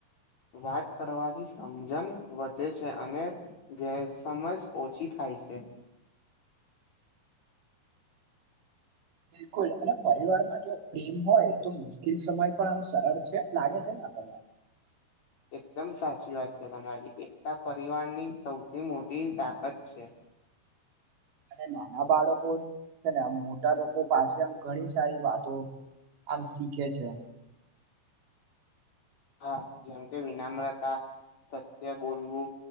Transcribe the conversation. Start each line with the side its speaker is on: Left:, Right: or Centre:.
Left: વાત કરવાથી સમજણ વધે છે અને ગેરસમજ ઓછી થાય પૈ છે
Right: <unintelligible> બિલકુલ અને પરિવારમાં જો પ્રેમ હોય તો મુશ્કેલ સમય પણ આમ સરળ છે લાગે છે ને <unintelligible>
Left: એકદમ સાચી વાત છે તમારી એકતા પરિવારની સૌથી મોટી તાકાત છે
Right: <unintelligible> અને નાના બાળકો છે ને આમ મોટા લોકો પાસે આમ ઘણી સારી વાતો હલ્ શીખે છે
Left: હા જેમ કે વિનામ્રતા સત્ય બોલવું